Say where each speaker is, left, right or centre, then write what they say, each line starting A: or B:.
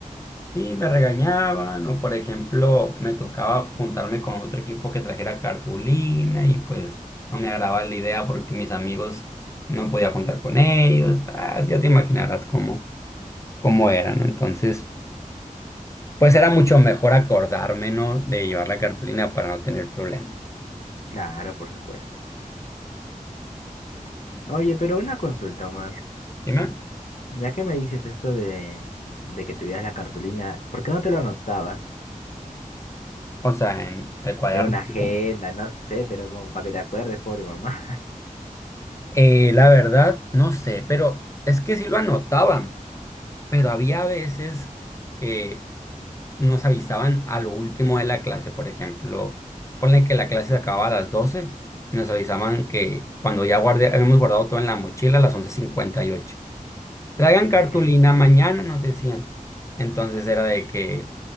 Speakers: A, on the left; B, on the left.
A: Sí, me regañaban o por ejemplo me tocaba juntarme con otro equipo que trajera cartulina y pues no me agradaba la idea porque mis amigos no podía juntar con ellos. Ah, ya te imaginarás cómo, cómo era, ¿no? Entonces, pues era mucho mejor acordarme, ¿no? De llevar la cartulina para no tener problemas.
B: Claro, por supuesto. Oye, pero una consulta, Omar.
A: Dime.
B: Ya que me dices esto de, de que tuvieras la cartulina, ¿por qué no te lo anotabas?
A: O sea, en el cuaderno,
B: En una
A: así
B: agenda,
A: como.
B: no sé, pero como para que te acuerdes, pobre mamá.
A: Eh, la verdad, no sé, pero es que sí lo anotaban, pero había veces que nos avisaban a lo último de la clase, por ejemplo, ponle que la clase se acababa a las 12 y nos avisaban que cuando ya guardé, habíamos guardado todo en la mochila a las once cincuenta y ocho Traigan cartulina
B: Ujú. <laughs>
A: mañana, nos decían. Entonces era de que,